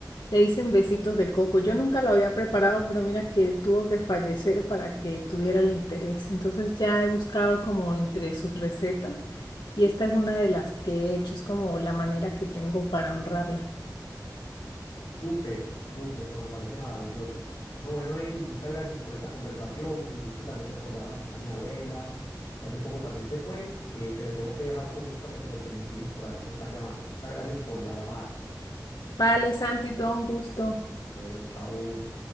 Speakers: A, on the left; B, on the left.
A: Le dicen besitos de coco. Yo nunca lo había preparado, pero mira que tuvo que fallecer para que tuviera el interés. Entonces ya he buscado como entre sus recetas y esta es una de las que he hecho. Es como la manera que tengo para honrarla.
B: Súper, súper, no, me parece maravilloso. No, bueno, Eglis, muchas gracias por esta conversación. Me hiciste también recordar a, a mi abuela, que hace poco también se fue, eh, pero tengo que dejarte justamente porque mis hijos por allí me están llamando. Muchas gracias por la llamada.
A: Vale, Santi, todo un gusto.
B: Bueno, chao.